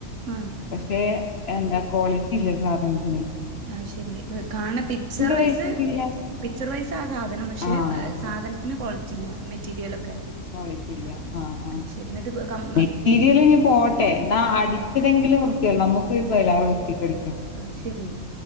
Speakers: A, on the right (about 60°); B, on the left (about 55°).
A: ആഹ്
B: പക്ഷെ എന്താ ക്വാളിറ്റി ഇല്ല സാധണത്തിന്
A: ആഹ ശെരി കാണ പിക്ചർ വൈസ്
B: പൈസക്കില്ല
A: പിക്ചർ വൈസ് ആ സാധനം പക്ഷേ
B: ആഹ്
A: സാധനത്തിന് ക്വാളിറ്റി പറ്റില്ല മെറ്റീരിയലൊക്കെ
B: ക്വാളിറ്റില്ല ആ ആ
A: അത് ശരി എന്നിട്ട് കം
B: മെറ്റീരിയൽ ഇനി പോട്ടെ എന്നാ അടിച്ചതെങ്കിലും കുൃക്കയ നമുക്ക് <unintelligible>
A: അത് ശരി